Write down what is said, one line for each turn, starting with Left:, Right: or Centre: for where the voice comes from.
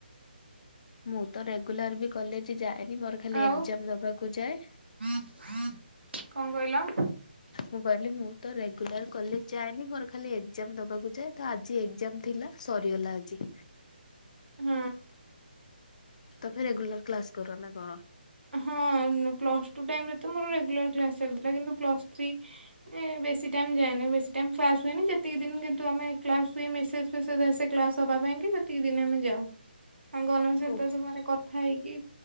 Left: ମୁଁ ତ ରେଗୁଲାର ବି କଲେଜ ଯାଏନି ମୋର ଖାଲି
Right: ଆଉ
Left: ଏକ୍ଜାମ ଦବାକୁ ଯାଏ।
Right: କଣ କହିଲ?
Left: ମୁଁ କହିଲି ମୁଁ ତ ରେଗୁଲାର କଲେଜ ଯାଏନି ମୋର ଖାଲି ଏକ୍ଜାମ ଦବାକୁ ଯାଏ। ତ ଆଜି ଏକ୍ଜାମ ଥିଲା, ସରିଗଲା ଆଜି।
Right: ହୁଁ।
Left: ତମେ ରେଗୁଲାର କ୍ଲାସ କର ନା କଣ?
Right: ହଁ ପ୍ଲ ସ୍ ଟୁ ଟାଇମରେ ତ ମୋର ରେଗୁଲାର କ୍ଲାସ ଚାଲିଥିଲା କିନ୍ତୁ, ପ୍ଲ ଶ୍ ଥ୍ରୀ ଏ ବେଶୀ ଟାଇମ ଯାଏନି ବେଶୀ ଟାଇମ କ୍ଲାସ ହୁଏନି। ଯେତିକି ଦିନ କିନ୍ତୁ, ଆମେ କ୍ଲାସ ହୁଏ ମେସେଜ ଫେସେଜ ଆସେ କ୍ଲାସ ହବା ପାଇଁ କି ସେତିକି ଦିନି ଆମେ ଯାଉ। ସାଙ୍ଗମାନଙ୍କ ସହିତ
Left: ଓ
Right: ସବୁ ମାନେ କଥା ହେଇକି